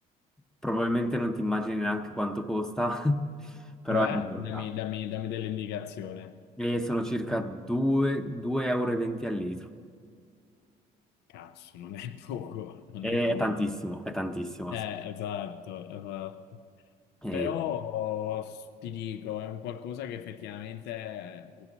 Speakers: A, in the centre; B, on the left.
A: probabilmente non ti immagini neanche quanto costa, <laughs> però
B: Cioè,
A: è proprio
B: dammi,
A: caro.
B: dammi, dammi dell'indicazione.
A: E sono circa 2, 2,20 euro e venti al litro.
B: Cazzo, non è poco, non
A: E
B: è poco.
A: è tantissimo, è tantissimo.
B: Eh, esatto, esatto.
A: sì.
B: Però s- ti dico, è un qualcosa che effettivamente